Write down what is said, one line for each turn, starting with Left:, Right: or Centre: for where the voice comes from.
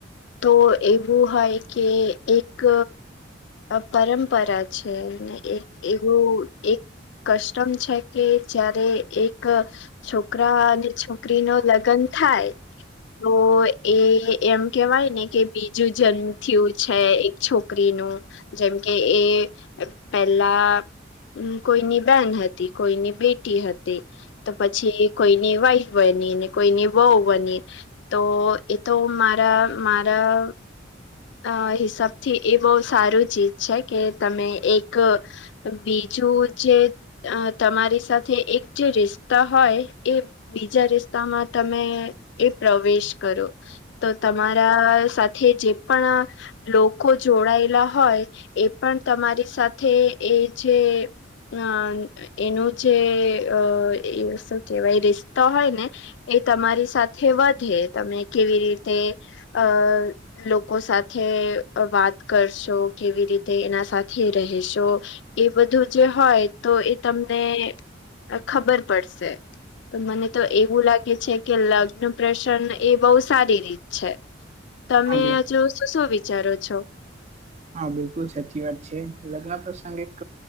Left: તો એવું હોય કે એક પરંપરા છે, એક એવું એક કસ્ટમ છે, કે જ્યારે એ ક છોકરા અને છોકરી નો લગન થાય તો એ એમ કેવાય ને કે બીજું જન્મ થયું છે. એ છોકરીનું જેમકે એ પેલા હમ કોઈની બેન હતી કોઈની બેટી હતી તો પછી કોઈની વાઈફ બની ને કોઈની વઉ બની તો એ તો મારા મારા અ હિસાબથી એ બહુ સારું ચીજ છે કે તમે એક બીજું જે તમારી સાથે એક જે રિસતા હોય એ બીજા રિસ્તામાં તમે એ પ્રવેશ કરો તો તમારા સાથે જે પણ લોકો જોડાયેલા હોય એ પણ તમારી સાથે એ જે અ એનું જે અ એ શું કેહેવાય રિસ્તા હોય ને એ તમારી સાથે વધે તમે કેવી રીતે અ લો કો સાથે વાત કરશો કેવી રીતે એના સાથે રહેશો. એ બધું જે હોય તો એ તમને ખબર પડશે. તો મને તો એવું લાગે છે કે લગ્ન પ્રસંગ એ બહુ સારી રીત છે. તમે
Right: હા બિલ
Left: હજુ શું શું વિચારો છો?
Right: હા બિલકુલ સાચી વાત છે લગ્ન પ્રસંગ એક